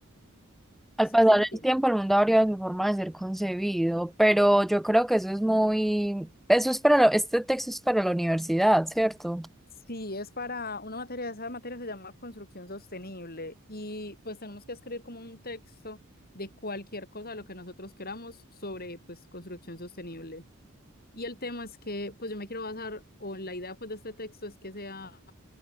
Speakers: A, in the centre; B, on the left.
A: Al
B: Eso
A: pasar
B: sí se entiende.
A: el tiempo, el mundo habría su forma de ser concebido, pero yo creo que eso es muy, eso es para, la- este texto es para la universidad, ¿cierto?
B: Sí, es para una materia, esa materia se llama construcción sostenible y pues tenemos que escribir como un texto de cualquier cosa de lo que nosotros queramos sobre pues construcción sostenible. Y el tema es que pues yo me quiero basar o la idea pues de este texto es que sea